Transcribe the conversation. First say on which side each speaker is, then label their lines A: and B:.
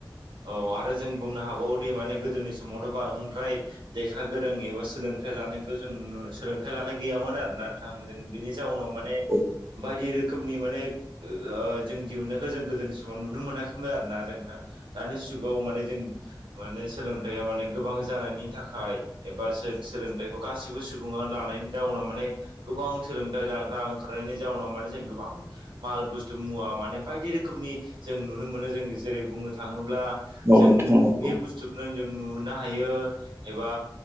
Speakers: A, on the right; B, on the right.
A: औ आरो जों बुंनो हाबावोदि माने गोदोनि समावथ' बांद्राय लेखा गोरों एबा सोलोंथाइ लानायखौ जों नु सोलोंथाइ लानाय गैयामोन आरोना। थाङो जों बिनि जाउनाव माने
B: औ
A: बायदि रोखोम रोखोमनि माने ओ जों दिहुननो जों गोदोनि समाव नुनो मोनाखैमोन आरोना जों नोंथां दानि जुगाव माने जों माने सोलोंथाया माने गोबां जानायनि थाखाय। एबा सो सोलोंथायखौ गासिबो सुबुङा लानायनि जाउनाव माने गोबां सोलोंथाय लाग्रा ओंख कारेन्टनि जाउनाव माने जों गोबां माल बुस्थु मुवा माने बायदि रोखोमनि जों नुनो मोनो जों जेरै बुंनो थाङोब्ला जोंनो
B: नोंथां
A: नोयि
B: औ
A: बुस्थुखौनो जों नुहोनो हायो एबा।